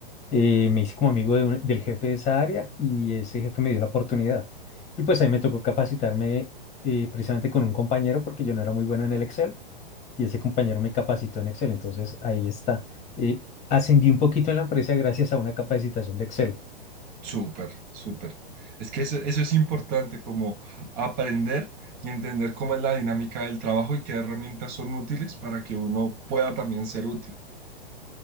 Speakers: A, on the left (about 25°); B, on the right (about 30°).
A: eh, me hice como amigo de un- del jefe de esa área y ese jefe me dio la oportunidad. Y pues ahí me tocó capacitarme eh, precisamente con un compañero porque yo no era muy bueno en el Excel y ese compañero me capacitó en Excel. Entonces ahí está. eh, ascendí un poquito en la empresa gracias a una capacitación de Excel.
B: súper, súper. Es que eso, eso es importante, como aprender y entender cómo es la dinámica del trabajo y qué herramientas son útiles para que uno pueda también ser útil.